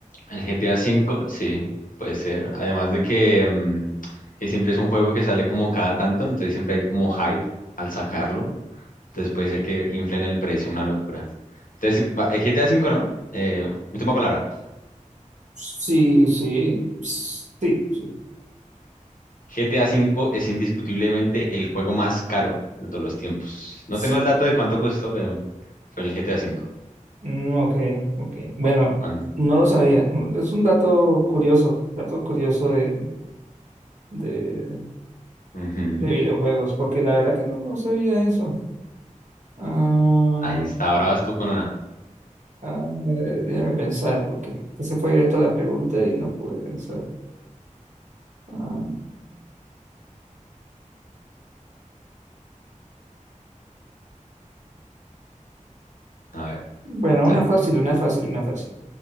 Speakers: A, on the left; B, on the right.
A: El GTA V, sí, puede ser. Además de que, mm, que siempre es un juego que sale como cada tanto, entonces siempre hay como hype al sacarlo. Entonces puede ser que inflen el precio, una locura. Entonces, va- el GTA V no. Eh, última palabra.
B: Sí, sí, sí. sí.
A: GTA V es indiscutiblemente el juego más caro de todos los tiempos. No
B: sí.
A: tengo el dato de cuánto costó, pero fue el GTA V.
B: Mm, ok, ok. Bueno,
A: Cuan-
B: no lo sabía. Mm, Es un dato curioso, dato curioso de, de,
A: Ujú.
B: de videojuegos, porque la verdad que no, no sabía eso. Ah,
A: Ahí está, ahora vas tú con una.
B: Ah, eh, déjame pensar, porque ese fue directo a la pregunta y no pude pensar. Ah,
A: A ver,
B: bueno,
A: dale.
B: una fácil, una fácil, una fácil.